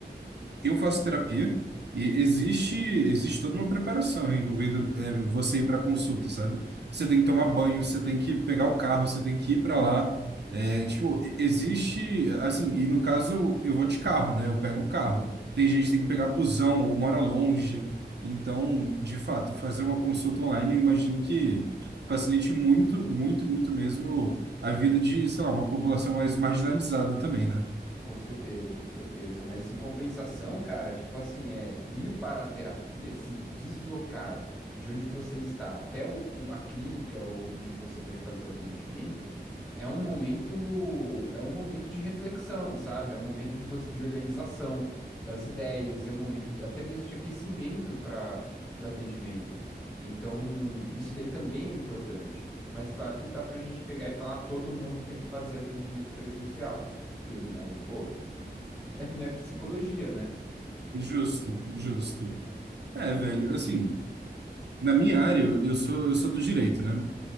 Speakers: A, on the right; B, in the centre.
A: Eu faço terapia e existe existe toda uma preparação envolvendo é, você ir para consulta, sabe? Você tem que tomar banho, você tem que pegar o carro, você tem que ir para lá. É, tipo, e- existe assim, e no caso eu vou de carro, né? Eu pego o carro. Tem gente que tem que pegar busão ou mora longe. Então, de fato, fazer uma consulta online, eu imagino que facilite muito, muito, muito mesmo a vida de, sei lá, uma população mais marginalizada também, né?
B: Com certeza, com certeza. Mas em compensação, cara, tipo assim, é ir para a terapia, se deslocar de onde você está até o, o- a clínica onde você vai fazer o atendimento, é um momento, é um momento de reflexão, sabe? É um momento de, você, de organização das ideias, é um momento de- até mesmo de aquecimento para o atendimento. Então, isso daí também é importante. Mas claro que não dá para a gente pegar e falar, "Ah, todo mundo tem que fazer atendimento presencial. Porque não- aí, pô, <laughs> aí não é psicologia, né?
A: Justo, justo. É, velho, assim, na minha área, eu, eu sou, eu sou do direito, né?